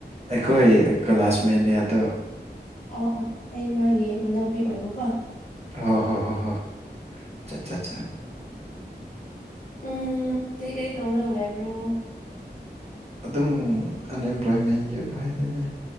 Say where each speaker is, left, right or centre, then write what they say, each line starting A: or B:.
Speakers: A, on the right (about 35°); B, on the left (about 50°).
A: ꯑꯩꯈꯣꯏ ꯀ꯭ꯂꯥꯁꯃꯦꯠꯅꯦ ꯑꯗꯣ
B: ꯑꯣ ꯑꯣ ꯑꯩ ꯃꯥꯒꯤ ꯃꯅꯥꯎꯄꯤ ꯑꯣꯏꯕꯀꯣ
A: ꯍ ꯍꯣ ꯍꯣ ꯍꯣ ꯆꯥ ꯆꯥ ꯆꯥ
B: ꯎꯝ ꯀꯩ ꯀꯩ ꯇꯧꯔꯣꯂꯏꯕ꯭ꯔꯣ
A: ꯑꯗꯨꯝ ꯑꯟꯑꯦꯝꯄ꯭ꯂꯣꯏꯃꯦꯟ ꯌꯨꯠ ꯍꯥꯏꯗꯣꯏꯅꯦ